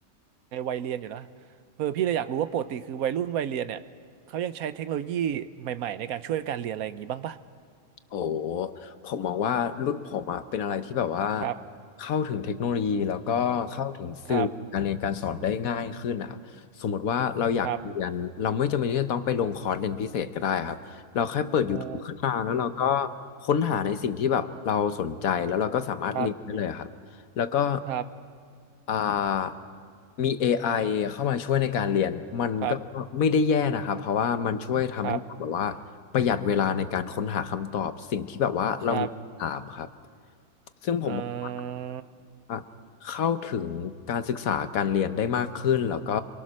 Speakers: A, on the right; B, on the left.
A: ในวัยเรียนอยู่นะเออพี่เลยอยากรู้ว่าปกติคือวัยรุ่นวัยเรียนเนี่ยเขายังใช้เทคโนโลยีใหม่ๆในการช่วยการเรียนอะไรอย่างนี้บ้างปะ
B: โอ้ผมมองว่ารุ่นผมอะเป็นอะไรที่แบบว่า
A: ครับ
B: เข้าถึงเทคโนโลยีแล้วก็เข้าถึงสื่อการเรียนการสอนได้ง่ายขึ้นอะ
A: ครับ
B: สมมติว่าเราอยากเรียนเราไม่จำเป็นที่จะต้องไปลงคอร์สเรียนพิเศษก็ได้ครับเราแค่เปิด
A: ครับโอ้
B: YouTube ขึ้นมาแล้วเราก็ค้นหาในสิ่งที่แบบเราสนใจแล้วเราก็สามารถเรียนได้เลยครับแล้วก็
A: ครับครับ
B: อ่ามี AI เข้ามาช่วยในการเรียนมันก็ไม่ได้แย่นะครับเพราะว่ามันช่วยทำให้แบบว่าประหยัดเวลาในการค้นหาคำตอบสิ่งที่แบบว่าเรามีคำถามครับ
A: ครับครับ ครับ
B: ซึ่งผมมองว่า
A: เอ่อ
B: อ่ะเข้าถึงการศึกษาการเรียนได้มากขึ้นแล้วก็